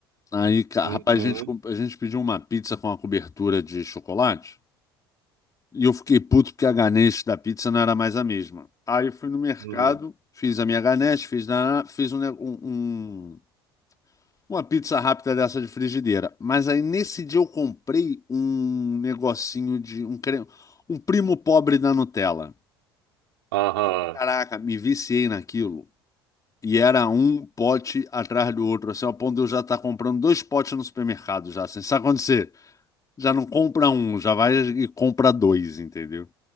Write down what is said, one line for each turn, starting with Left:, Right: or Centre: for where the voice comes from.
Left: Aí, ca-
Right: Uhum,
Left: rapaz, a gente, comp- a gente pediu uma pizza com uma cobertura de chocolate. E eu fiquei puto porque a ganache da pizza não era mais a mesma. Aí eu fui no mercado,
Right: uhum,
Left: fiz a minha ganache, fiz, na, fiz um, ne- um, um Uma pizza rápida dessa de frigideira. Mas aí nesse dia eu comprei um negocinho de um creme, um primo pobre da Nutella.
Right: aham,
Left: Caraca, me viciei naquilo. E era um pote atrás do outro, assim, ao ponto de eu já estar comprando dois potes no supermercado já, assim. Sabe quando você já não compra um, já vai e compra dois, entendeu?